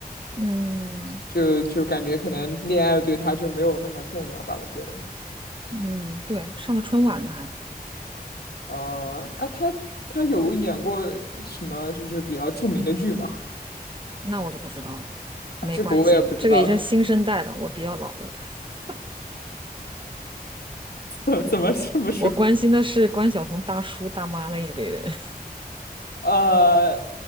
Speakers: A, on the right; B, on the left.
A: 嗯
B: 就就感觉可能恋爱对她就没有那么重要吧，我觉得。
A: 嗯，对，上了春晚呢还。
B: 哦啊，他他有演过什么就是比较著名的剧吗？
A: 那我就不知道了，
B: 啊，
A: 没关心，
B: 这个我也不知道了，
A: 这个也是新生代了，我比较老了的。<laughs>
B: <laughs> 怎么这么说？
A: 我关心的是关晓彤大叔大妈那一辈的人，
B: 呃，